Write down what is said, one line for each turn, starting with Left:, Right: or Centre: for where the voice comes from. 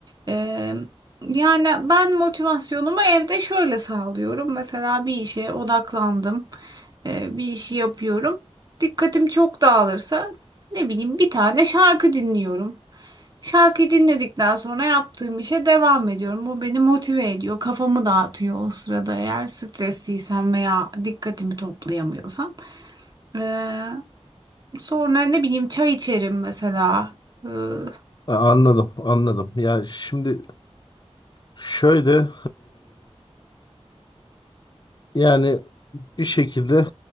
Right: Ee, yani ben motivasyonumu evde şöyle sağlıyorum mesela bir işe odaklandım Ee, bir işi yapıyorum dikkatim çok dağılırsa ne bileyim bir tane şarkı dinliyorum. Şarkıyı dinledikten sonra yaptığım işe devam ediyorum. Bu beni motive ediyor, kafamı dağıtıyor o sırada eğer stresliysem veya dikkatimi toplayamıyorsam. Ee, sonra ne bileyim çay içerim mesela. Ee, Hı
Left: Ha, Anladım, anladım. Ya şimdi şöyle Yani bir şekilde